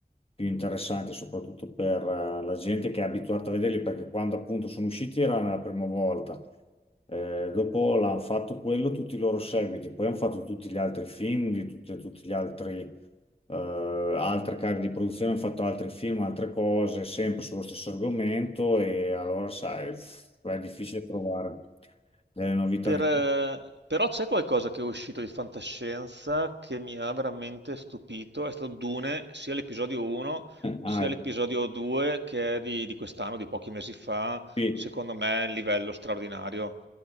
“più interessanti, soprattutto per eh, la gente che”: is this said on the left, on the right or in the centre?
Left